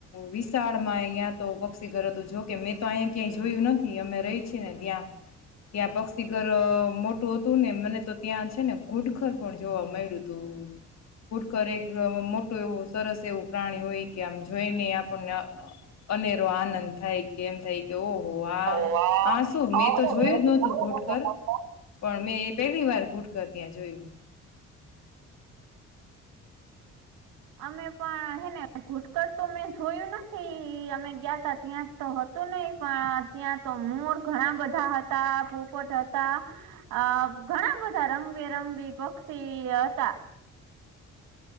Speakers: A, on the left (about 60°); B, on the right (about 85°).
A: વિશાળમાં અ્યાં તો પક્ષી ઘર હતું જોકે મેં તો અહીંયા ક્યાંય જોયું નથી અમે રહી છીએ ને ત્યાં ત્યાં પક્ષીઘર મોટું હતું ને મને તો ત્યાં છે ને ઘુડખર પણ જોવા મળ્યું હતું. કુટકર એક મોટું એવું સરસ એવું પ્રાણી હોય કે આમ જોઈને આપણને અનેરો આનંદ થાય કે એમ થાય કે ઓ આ
B: ઓ વાહ
A: હ, શું મેં
B: આવો
A: તો જોયું
B: ને.
A: જ નહોતું કૂટકર, પણ મેં પેલી વાર ઘૂટકર ત્યાં જોયું.
B: અમે પણ હેને ઘુટકર તો મેં જોયું નથી અમે ગયા ત ત્યાં તો હતું નહ પણ ત્યાં તો મોર ઘણા બધા હતા, પોપટ હતા અ ઘણા બધા રંગબેરંગબી પક્ષી હતા.